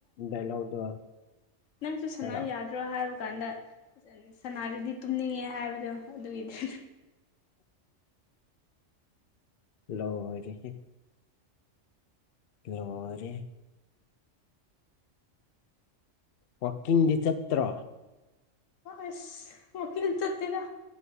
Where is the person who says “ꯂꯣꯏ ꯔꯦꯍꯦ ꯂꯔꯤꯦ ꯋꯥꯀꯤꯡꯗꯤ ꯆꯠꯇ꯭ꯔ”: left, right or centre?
Left